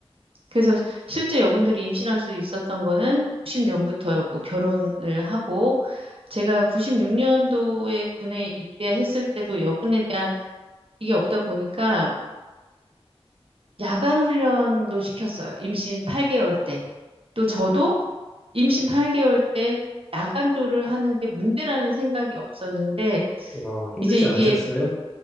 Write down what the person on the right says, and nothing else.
그래서 시- 실제 여군들이 임신할 수 있었던 거는 90년부터였고 결혼을 하고 제가 96년도에 군에 입대했을 때도 여군에 대한 이게 없다 보니까 야간 훈련도 시켰어요. 임신 8개월 때. 또 저도
임신 8개월 때 야간조를 하는 게 문제라는 생각이 없었는데
이제 이게